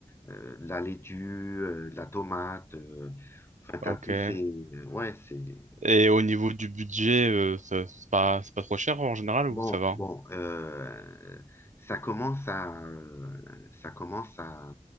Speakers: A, on the left; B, on the right.
A: euh, de la laitue, euh, de la tomate. euh, enfin, t'as
B: Ok.
A: tous ces... euh, Ouais, c'est...
B: Et au niveau du budget, euh, ça- c'est pas, c'est pas trop cher en général
A: Bon,
B: ou ça va?
A: bon, euh, ça commence à... euh, ça commence à...